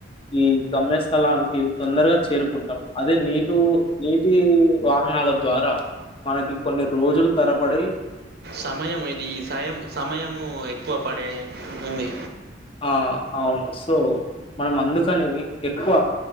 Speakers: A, on the left (about 30°); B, on the right (about 55°).
A: ఈ గమ్యస్థలానికి తొందర్గా చేరుకుంటాం అదే నీటు నీ. టి వాహనాల ద్వారా మనకి కొన్ని రోజులు తరపడి.
B: సమయం ఇది ఈ సయం సమయము ఎక్కువ పడే ఉంది.
A: ఆ అవును సో మనం అందుకనే ఎక్కువ.